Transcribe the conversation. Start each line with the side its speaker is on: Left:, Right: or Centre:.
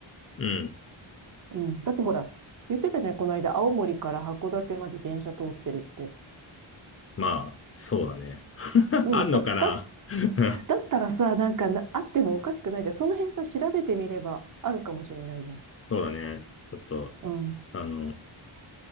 Left: うん。
Right: うん。だってほら、言ってたじゃないこの間、青森から函館まで電車通ってるって。
Left: まあ、そうだね。<laughs>
Right: うん。
Left: あんのかな
Right: だ、だ、
Left: <laughs>
Right: だったらさ、なんかな、あってもおかしくないじゃん。その辺さ、調べてみればあるかもしれないじゃん。
Left: そうだね。ちょっと、
Right: うん。
Left: あの、